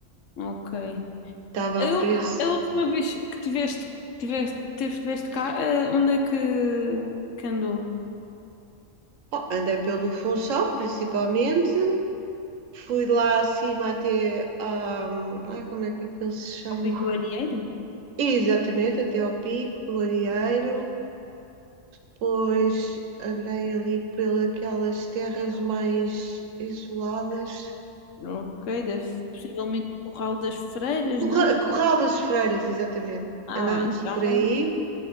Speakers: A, on the left; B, on the right.
A: Ok.
B: Estava
A: Eu,
B: a preço
A: a última vez que tiveste, tiveste, tive- tiveste cá, eh, onde é que, que andou?
B: Oh, andei pelo Funchal, principalmente. Fui lá acima até. ah, ai, como é que aquilo se chama?
A: Pico do Arieiro?
B: Exatamente, até ao Pico do Arieiro. Depois andei ali pelas terras mais isoladas.
A: Ok, deve, possivelmente o Curral das Freiras,
B: Corra-
A: não?
B: Corral das Freiras, exatamente.
A: Ah,
B: Andámos
A: então,
B: por aí.